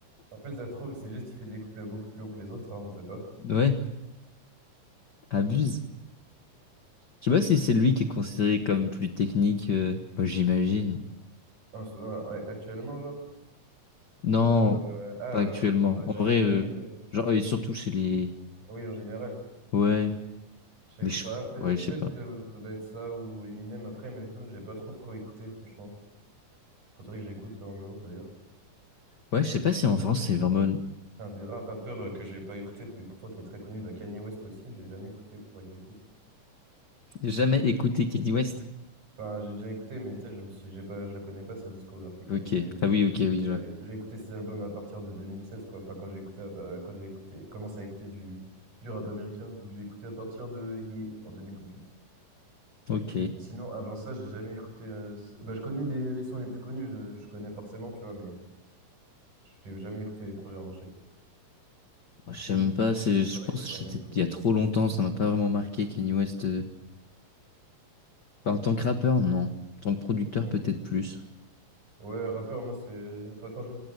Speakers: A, on the right (about 60°); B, on the left (about 80°).
A: En fait, ça se trouve, c'est juste qu'il fait des couplets beaucoup plus longs que les autres, hein, on sait pas.
B: Ouais, abuse. Je sais pas si c'est lui qui est considéré comme plus technique. euh, moi, j'imagine.
A: Un- un- Actuellement, genre?
B: Non,
A: Ou, euh, ah,
B: pas actuellement.
A: euh, genre dans les
B: En vrai,
A: années 2000,
B: euh,
A: euh,
B: genre, et surtout chez les.
A: oui, en général.
B: Ouais,
A: Je sais
B: mais
A: pas,
B: je.
A: peut-être
B: Ouais, je sais
A: peut-être,
B: pas.
A: euh, ça doit être ça ou Eminem après MF Doom, j'ai pas trop trop écouté, franchement. Faudrait que j'écoute un jour d'ailleurs.
B: Ouais, je sais pas si en France c'est vraiment
A: Un des rares rappeurs euh, que j'ai pas écouté, et pourtant qui est très connu, bah Kanye West aussi, j'ai jamais écouté, faudrait que j'écoute.
B: jamais écouté Kanye West.
A: Enfin, j'ai déjà écouté, mais tu sais, je me suis, j'ai pas, je la connais pas sa discographie quoi.
B: Ok.
A: J'ai,
B: Ah oui, ok, oui,
A: j'ai
B: je vois.
A: j'ai écouté ses albums à partir de 2016 quoi. Enfin, quand j'ai écouté, euh, quand j'ai écouté, commencé à écouter du du rap américain, donc j'ai écouté à partir de Ye en 2018.
B: Ok.
A: Mais sinon, avant ça, j'ai jamais écouté. euh, c- bah, je connais des, les sons les plus connus, je, je connais forcément, tu vois, mais J'ai jamais écouté les projets en entier.
B: Je sais même pas, c'est, je
A: Pareil
B: pense
A: pour
B: que
A: MF
B: c'était
A: Doom.
B: il y a trop longtemps, ça m'a pas vraiment marqué
A: Ouais,
B: Kanye West. euh. Enfin, en tant que rappeur, non. En tant que producteur,
A: ouais.
B: peut-être plus.
A: Ouais, rappeur, moi, c'est. Enfin, quand je,